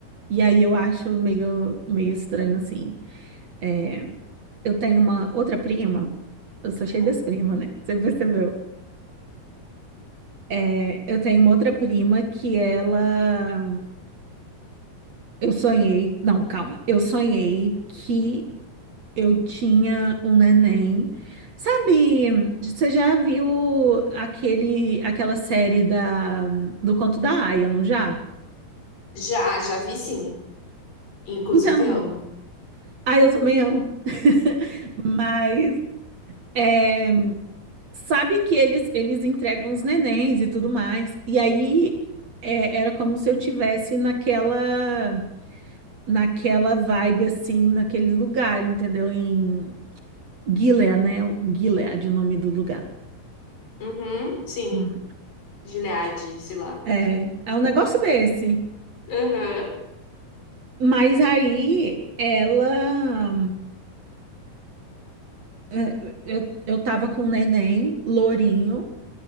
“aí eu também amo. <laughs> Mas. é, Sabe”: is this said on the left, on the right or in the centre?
Right